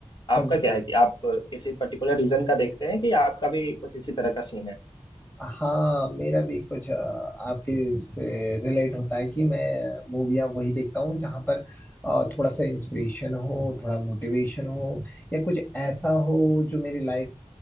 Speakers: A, on the left; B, on the left.
A: आपका
B: समझ गया
A: क्या है कि आप किसी पर्टिकुलर रीजन का देखते हैं कि आपका भी कुछ इसी तरह का सीन है
B: हाँ मेरा भी कुछ अ, आपके से रिलेट होता है कि मैं मूवियाँ वही देखता हूँ जहाँ पर अ, थोड़ा सा इंस्पिरेशन हो थोड़ा मोटिवेशन हो या कुछ ऐसा हो जो मेरी लाइफ